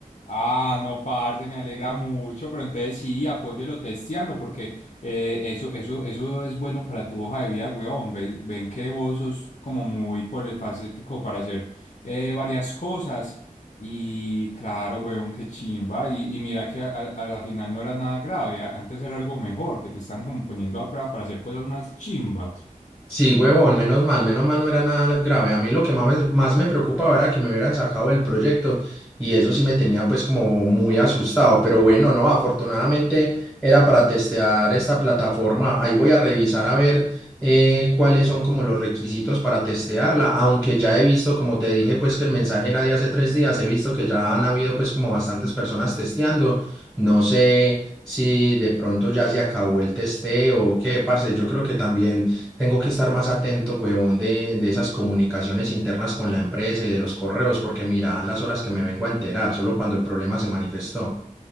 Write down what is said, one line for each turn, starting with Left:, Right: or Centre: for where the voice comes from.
Left: Ah, no, parce, me alegra mucho, pero entonces sí, apóyelo testeando, porque eh, eso, eso, eso es bueno para tu hoja de vida, weón. Ve- Ven, que vos sos como muy polifacético para hacer eh, varias cosas. Y claro, weón, qué chimba. Y, y mira que a, a a la final no era nada grave, a- antes era algo mejor, que te están como poniendo a prueba para hacer cosas más chimbas.
Centre: Sí, huevón, menos mal, menos mal no era nada grave. A mí lo que más me, más me preocupaba era que me hubieran sacado del proyecto y eso sí me tenía pues como muy asustado. Pero bueno, no, afortunadamente era para testear esta plataforma. Ahí voy a revisar a ver eh, cuáles son como los requisitos para testearla. Aunque ya he visto, como te dije, pues que el mensaje era de hace tres días, he visto que ya han habido pues como bastantes personas testeando. No sé si de pronto ya se acabó el testeo o qué, parce. Yo creo que también tengo que estar más atento, huevón, de, de esas comunicaciones internas con la empresa y de los correos, porque mira las horas que me vengo a enterar, solo cuando el problema se manifestó.